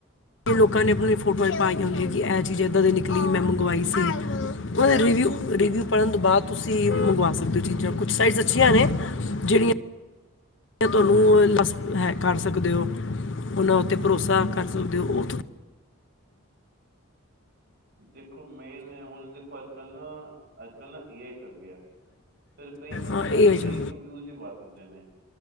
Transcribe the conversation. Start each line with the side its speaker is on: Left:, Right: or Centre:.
Left: ਲੋਕਾਂ ਨੇ ਆਪਣੀ ਫੋਟੋਆਂ ਪਾਈਆਂ ਹੁੰਦੀਆਂ ਕਿ ਇਹ ਚੀਜ਼ ਏਦਾਂ ਦੀ ਨਿਕਲੀ ਮੈਂ ਮੰਗਵਾਈ ਸੀ ਰਿਵਿਊ
Right: ਹਾਂਜੀ
Left: ਰਿਵਿਊ ਪੜਨ ਤੋਂ ਬਾਅਦ ਤੁਸੀਂ ਤੁਸੀਂ ਮੰਗਵਾ ਸਕਦੇ ਹੋ ਚੀਜ਼ਾਂ ਕੁਛ ਸਾਈਡਸ ਅੱਛੀਆਂ ਨੇ ਜਿਹੜੀਆਂ ਤੁਹਾਨੂੰ ਉਹ ਲਸ ਹੈ ਕਰ ਸਕਦੇ ਹੋ ਉਹਨਾਂ ਉੱਥਤੇ ਭਰੋਸਾ ਕਰ ਸਕਦੇ ਹੋ ਉਥ
Right: ਦੇਖੋ ਮੇਨ ਹੁਣ ਦੇਖੋ, ਅੱਜ-ਕੱਲ੍ਹ ਨਾ ਅੱਜ-ਕੱਲ੍ਹ ਨਾ ਏ ਆਈ ਚੱਲ ਗਿਆ। ਫਿਰ ਕਈ ਬੰਦੇ
Left: ਹਾਂ, ਇਹ
Right: ਨਾ
Left: ਹੈ
Right: ਫੇਕ
Left: ਜੋ
Right: ਵਿਊਜ ਹੀ ਪਾ ਦਿੰਦੇ ਨੇ,